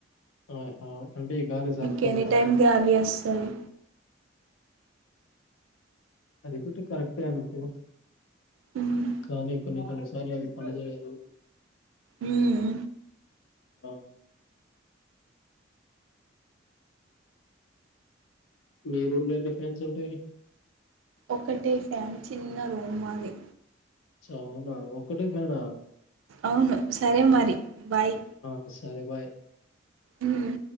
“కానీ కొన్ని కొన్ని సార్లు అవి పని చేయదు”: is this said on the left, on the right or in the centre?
Left